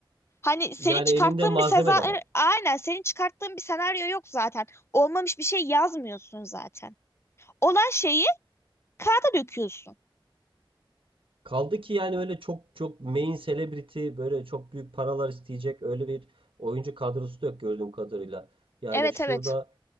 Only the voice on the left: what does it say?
Hani senin
çıkarttığın
bir seza
aynen senin çıkarttığın bir senaryo yok zaten. Olmamış bir şey yazmıyorsun zaten. Olan şeyi kağıda döküyorsun.
Evet
evet.